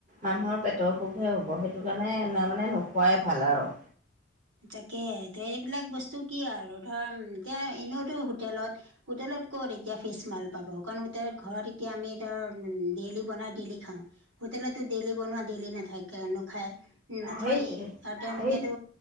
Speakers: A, on the right; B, on the right.
A: মানুহৰ পেটৰ অসুখহে হ'ব সেইটো কাৰণে তাৰমানে নোখোৱাই ভাল আৰু
B: তাকে তে এইবিলাক বস্তু কি আৰু ধৰ অম এতিয়া এনেওতো হোটেলত হোটেলত ক'ত এতিয়া ফিছ মাল পাব কাৰণ হোটেলত ঘৰত এতিয়া আমি ধৰ ডেইলি বনাই ডেইলি খাওঁ। হোটেলতো ডেইলি বনোৱা ডেইলি নাথাকে, নোখায় নথয়েই
A: সেইটোৱে
B: আৰু তেওঁলোকেতো
A: সেই